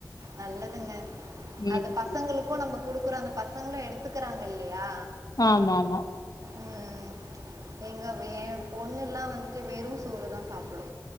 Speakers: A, on the right; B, on the left.
A: நல்லதுங்க
B: ம்
A: அது பசங்களுக்கு நம்ம குடுக்குறோ அந்த பசங்களு எடுத்துக்கறாங்க இல்லயா
B: ஆமா ஆமா
A: ம் எங்க என் பொண்ணு எல்லா வந்துட்டு வெறு சோறு தா சாப்பிடு